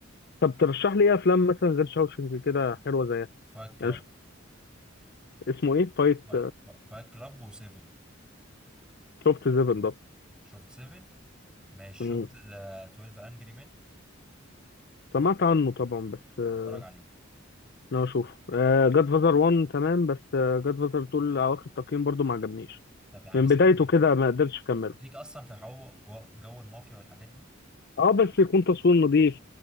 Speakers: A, on the left; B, in the centre.
A: طب ترشح لي ايه افلام مثلا غير شاوشنج كده حلوه زيها
B: فايت كلاب
A: يعني ش- اسمه ايه فايت
B: فايت فايت كلاب وسيفن
A: شفت سيفن ده
B: شفت سيفن ماشي
A: مم.
B: شفت ذا 12 انجري مان
A: سمعت عنه طبعا بس آه،
B: اتفرج عليه
A: انا اشوفه جاد فازر 1 تمام بس جاد فازر 2 اواخر التقييم برضو ما عجبنيش
B: طب يا عم
A: من
B: سيبك
A: بدايته
B: من
A: كده ما قدرتش اكمله
B: ليك اصلا في حو جو, جو المافيا والحاجات دي
A: اه بس يكون تصوير نظيف